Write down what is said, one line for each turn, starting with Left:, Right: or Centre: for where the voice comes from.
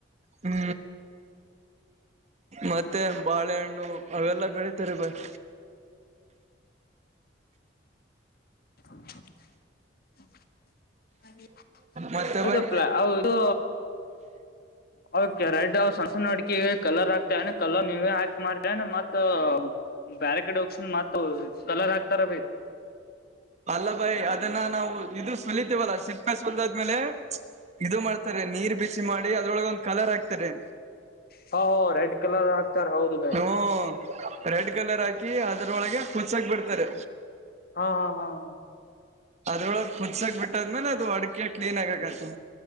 Right: ಹು ಮತ್ತೆ ಬಾಳೆಹಣ್ಣು ಅವೆಲ್ಲಾ ಬೆಳಿತಾರೆ ಬಾಯ್
Left: <unintelligible>
Right: ಮತ್ತೆ
Left: ಅದು
Right: ಬಾಯ್
Left: ಪ್ಲಾ ಅವ ಇದು ಅವಕ ರೆಡ್ ಅವ ಸಣಸಣ ಅಡಿಕೀ ಕಲರ್ ಹಾಕ್ತಿಯೇನು ಕಲರ್ ನೀವೇ ಹಾಕಿ ಮಾಡ್ತಿಯೇನ ಮತ್ತ ಬ್ಯಾರಕಡೆ ಹೋಗಿಸ್ಇಂದ ಮತ್ತ ಕಲರ್ ಹಾಕ್ತಾರ ಬಾಯ್
Right: ಅಲ್ಲಭಾಯಿ ಅದನ್ನ ನಾವು ಇದು ಸುಲೀತೆವಲ್ಲ ಸಿಪ್ಪೆ ಸುಲಿದಾದ್ಮೇಲೆ ಇದು ಮಾಡ್ತಾರೆ ನೀರ್ ಬಿಚ್ಚಿ ಮಾಡಿ ಅದ್ರೊಳಗ ಒಂದ್ ಕಲರ್ ಹಾಕ್ತಾರೆ
Left: ಹಾ ಹೋ ರೆಡ್ ಕಲರ್ ಹಾಕ್ತಾರ ಹೌದು ಬೈ
Right: ಹ್ಮ್ ರೆಡ್ ಕಲರ್ ಹಾಕಿ ಅದರೊಳಗೆ ಹುಚಕ್ ಬಿಡ್ತಾರೆ
Left: ಹಾ ಹಾ ಹಾ ಹಾ
Right: ಅದ್ರೊಳಗ್ ಹುನಾಸಕ್ ಬಿಟ್ಟಾದ್ಮೇಲೆ ಅದು ಅಡಿಕೆ ಕ್ಲೀನ್ ಅಗಕತಿತೆ